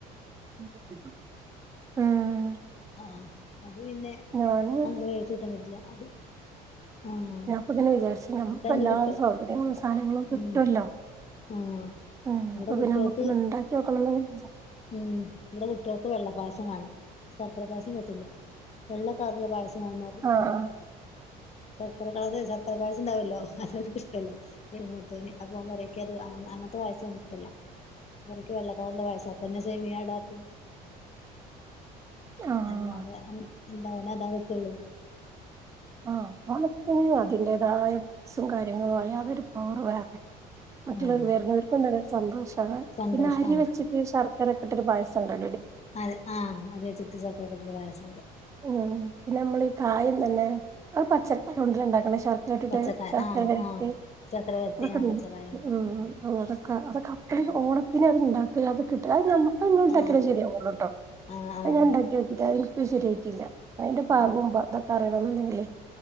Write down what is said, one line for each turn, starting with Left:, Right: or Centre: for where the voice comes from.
Right: ഉം
Left: ആ അത് പിന്നെ
Right: ഞാന്
Left: അങ്ങനെ വേവിച്ചു കൂട്ടാൻ പറ്റല്ല അത് ആഹ്
Right: ഞാപ്പ ഇങ്ങനെ വിചാരിച്ചു നമ്മക്ക്
Left: ഇവിടെ എന്റെ
Right: എല്ലാ
Left: കുട്ടി
Right: സൗകര്യങ്ങളും സാധനങ്ങളും കിട്ടൊല്ലോ
Left: ഉം ആഹ്
Right: ഉം
Left: ഇവിടെ
Right: അപ്പൊ
Left: കുട്ടികൾക്ക്
Right: പിന്നെ നമുക്കൊന്ന് ഇണ്ടാക്കിയോക്കാനൊന്നും വെജ്ജ
Left: ഉം ഇൻ്റെ കുട്യോൾക്ക് വെള്ളപ്പായസം വേണം ശർക്കര പായസം പറ്റില്ല വെള്ളക്കളർല പായസം വാണ ന്നറിം
Right: ആഹ്
Left: ശർക്കര കള് ശർക്കര പായസണ്ടാവല്ലോ ഓ അതോര്ക്ക് ഇഷ്ടല്ല ഈ മൂത്തോന് അപ്പൊ ഓൻ പറിം ഇക്ക്അത് അങ്ങനത്തെ പായസോന് ഇഷ്ടല്ല ഇവർക്ക് വെള്ളക്കളറുള്ള പായസാ അപ്പൊന്നെ സെമിയാടാക്കും
Right: ആഹ്
Left: അല്ലാതെ ഉം എന്താ ഓനതാ പറ്റൊള്ളൂ
Right: ആ ഓണത്തിന് അതിൻ്റെതായ <unintelligible> കാര്യങ്ങളും അയ അതൊരു പൗറ് വേറെ മറ്റുള്ളോര്
Left: ആഹ്
Right: വെര്ന്നോര്ക്കും തന്നെ സന്തോഷാ <unintelligible>
Left: സന്തോഷം
Right: പിന്നെ അരി വെച്ചിട്ട് ശർ ക്കരക്കെട്ടിട്ട് പായസം ഇണ്ടാ
Left: അതെ ആ അരി വെച്ചിട്ട് സർക്കരക്കെ ഇട്ടിട്ട് പായസ
Right: ഉം പിന്നെ നമ്മൾ ഈ കായം തന്നെ അത് പച്ചക്കായോണ്ടല്ലേ ഇണ്ടാക്ക്ണ് ശർ ക്കരട്ട്ട്ട്
Left: പച്ചക്കായ
Right: ശർക്കര
Left: ആഹ്
Right: വെ <unintelligible>
Left: ആഹ് ശർക്കര വരട്ടി
Right: അതൊക്കെ
Left: ആഹ്
Right: <unintelligible>
Left: പച്ചക്കായുണ്ട്
Right: ഉം അതൊക്കെ അതൊക്കെപ്പ <unintelligible>
Left: അത്
Right: ഓണത്തിന് അത്ണ്ടാ ക്ക് അതക്കെട്ട് അത് ഞ അത് ഇങ്ങളണ്ടാക്കിയാലേ
Left: ആഹ്
Right: ശരിയാവൊള്ളൂ ട്ടോ
Left: ആഹ് ആഹ്
Right: അത് ഞാണ്ടാക്ക്യോക്കീട്ട് അത് ഇൻക്ക് ശരിയാ ട്ടില്ല അതിന്റെ
Left: ഉം
Right: പാകും മ്പൊ ഇതൊക്കെ അറിയണംന്ന്ണ്ടെങ്കിലേ